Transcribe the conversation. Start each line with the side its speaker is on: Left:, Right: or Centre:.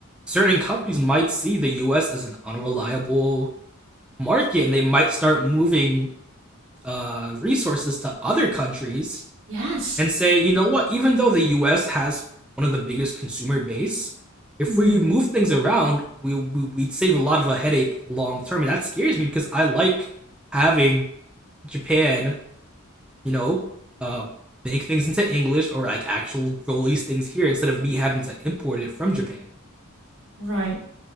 Centre: certain companies might see the US as an unreliable market and they might start moving uh, resources to other countries
Right: Yes.
Centre: and say, you know what, even though the US has one of the biggest consumer base, if
Right: hmm
Centre: we move things around, we, we, we'd save a lot of a headache long term. And that scares me because I like having Japan you know, uh, make things into English or like actual release things here instead of me having to import it from Japan.
Right: Right.